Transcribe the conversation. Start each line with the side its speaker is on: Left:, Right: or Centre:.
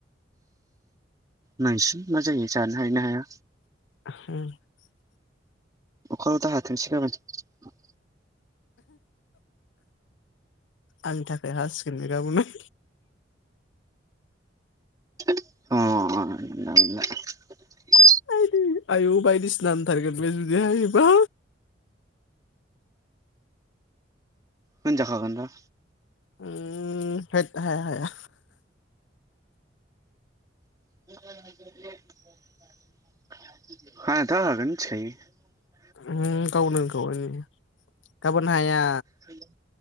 Right: नायसै मा जायो जानो हायो ना हाया
Left: <unintelligible>
Right: अखाल' दा हाथोंसै गाबोन
Left: आंनि थाखाय हासिगोन गाबोनो
Right: <unintelligible>
Left: आयदै आयु बायदिसिना होनथारगोन बे जुदि हायोबा
Right: होनजाखागोनबा
Left: उम होद हाया हाया
Right: हानायाथ हाखागोन मिथिखायो।
Left: उम गावनो हैनखाबाय नै, गाबोन हाया
Right: हेलौ